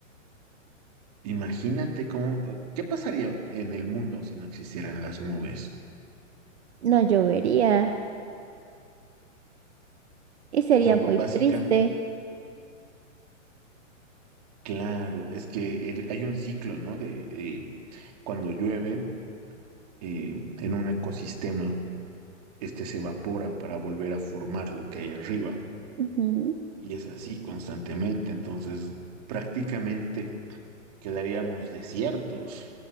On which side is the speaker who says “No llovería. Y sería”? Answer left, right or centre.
Right